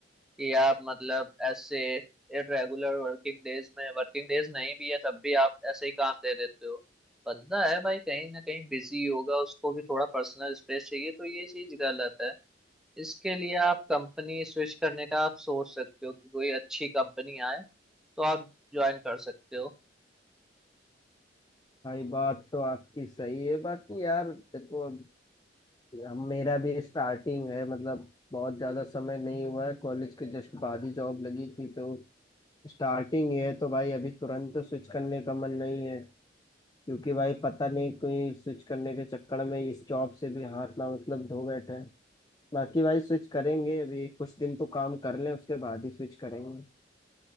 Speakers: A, in the centre; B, on the left.
A: कि आप मतलब ऐसे इरेगुलर वर्किंग डेज में वर्किंग डेज नहीं भी है तब भी आप ऐसे ही काम दे देते हो बंदा है भाई कहीं ना कहीं बिजी होगा उसको भी थोड़ा पर्सनल स्पेस चाहिए तो ये चीज गलत है इसके लिए आप कंपनी स्विच करने का आप सोच सकते हो कि कोई अच्छी कंपनी आए तो आप ज्वाइन कर सकते हो
B: भाई बात तो आपकी सही है बाकी यार देखो अब अब मेरा भी स्टार्टिंग है मतलब बहुत ज़्यादा समय नहीं हुआ है कॉलेज के जस्ट बाद ही जॉब लगी थी तो स्टार्टिंग ही है तो भाई अभी तुरंत तो स्विच करने का मन नहीं है क्योंकि भाई पता नहीं कोई स्विच करने के चक्कर में इस जॉब से भी हाथ ना मतलब धो बैठे हैं बाकी भाई स्विच करेंगे अभी कुछ दिन तो काम कर लें उसके बाद ही स्विच करेंगे